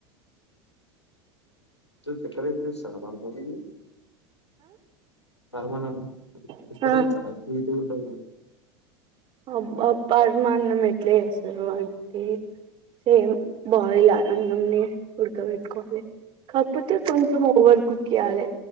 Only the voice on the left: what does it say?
చెక్కడతే స మ <unintelligible> పరమన్నం చక్కెర
యేస్తరా స్వీటుగుంటది గదా